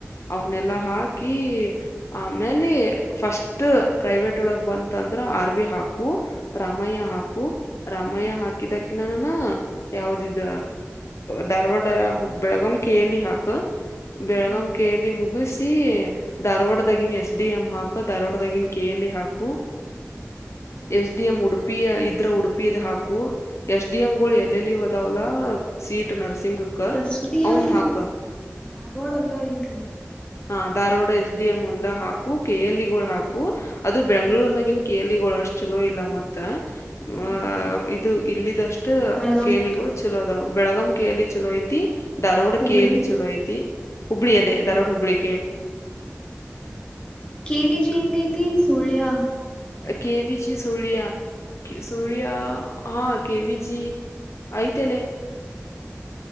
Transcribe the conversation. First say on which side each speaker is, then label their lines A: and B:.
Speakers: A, on the left; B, on the left.
A: ಅವನೆಲ್ಲ
B: ಹ್ಮ್
A: ಹಾಕಿ ಆಮೇಲೆ ಫಸ್ಟ್ ಪ್ರೈವೇಟ್ ಒಳಗ್ ಬಂತಂದ್ರ ಆರ್ವಿ ಹಾಕು ರಾಮಯ್ಯ ಹಾಕು ರಾಮಯ್ಯ
B: ಹ್ಮ್
A: ಹಾಕಿದಕ್ಕೆ ನ ಯಾವ್ದಿದ Dharwad ಹುಬ್ Belgaum K L E ಹಾಕ ಬೆಳಗಾಂ
B: ಹ್ಮ್
A: ಕೆ ಎಲ್ ಈ ಮುಗಿಸಿ ಧಾರ್ವಾಡದಾಗಿನ್ ಎಸ್ ಡಿ ಎಂ ಹಾಕ ಧಾರವಾಡದಾಗಿನ ಕೆ ಎಲ್ ಈ ಹಾಕು
B: ಹ್ಮ್
A: ಎಸ್ಡಿಎಂ ಉಡು ಪಿ ಇದ್ರ ಉಡುಪಿ ಹಾಕು ಎಸ್ ಡಿ ಎಂ ಗಳು ಎಲ್ಲೆಲ್ಲಿ ಅದಾವಲ್ಲ ಸೀಟ್ ನರ್ಸಿಂಗಕ್ಕ
B: ಎಸ್ ಡಿ
A: ಅವನ್
B: ಎಂ
A: ಹಾಕ
B: ಧಾರವಾಡ ಒಂದ ಐತಿ
A: ಹ ಧಾರವಾಡ ಎಸ್ ಡಿ ಎಂ ಒಂದ ಹಾಕು ಕೆ ಎಲ್ ಈ ಗೋಳ ಹಾಕು ಅದು ಬೆಂಗಳೂರ್ದಾಗಿನ್
B: ಹ್ಮ್
A: ಕೆ ಎಲ್ ಈ ಗೋಳ ಅಷ್ಟ್ ಚಲೋ ಇಲ್ಲ ಮತ್ತ
B: ಹ್ಮ್
A: ಅ
B: ಹ್ಮ್ ಹ್ಮ್
A: ಇದು ಇಲ್ಲಿದಷ್ಟು
B: ಬೆಳಗಾವ್
A: ಕೇಲಿಗಳು ಚಲೋದಾವ ಬೆಳಗವಿ ಕೇಳಲಿ ಚಲೋಯ್ತಿ ಧಾರವಾಡ
B: ಹುಬ್ಳಿ
A: ಕೇಳಲಿ ಚಲೋಯತಿ ಹುಬ್ಳಿ ಅದೇ ಧಾರವಾಡ ಹುಬ್ಬಳಿ
B: ಕೇ ವಿಜಯಂಗೈತೆ ಸುಳ್ಳಯಾ
A: ಕೆ ವಿಜಿ ಸೋಳಿಯಾ ಸುಳ್ಯ ಹಾ ಕೆವಿಜಿ ಆಐ್ತಲೆ